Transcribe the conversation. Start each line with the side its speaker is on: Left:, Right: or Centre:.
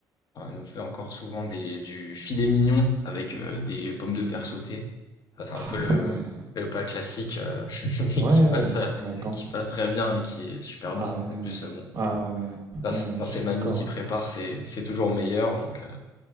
Left: Ah, elle nous fait encore souvent des du filet mignon avec, heu, des pommes de terre sautées. Ça, c'est
Right: Ah
Left: un peu le
Right: ouais.
Left: le plat classique, heu, <laughs> mais
Right: Ouais,
Left: qui passe, heu,
Right: mais quand?
Left: qui passe très bien et qui est super
Right: Ah
Left: bon.
Right: ouais,
Left: En
Right: ouais.
Left: plus, heu, bon,
Right: Ah ouais, ouais.
Left: quand
Right: Ouais,
Left: c'est
Right: ouais,
Left: quand
Right: je
Left: c'est
Right: suis
Left: mamie
Right: d'accord.
Left: qui
Right: ouais.
Left: prépare, c'est c'est toujours meilleur donc heu,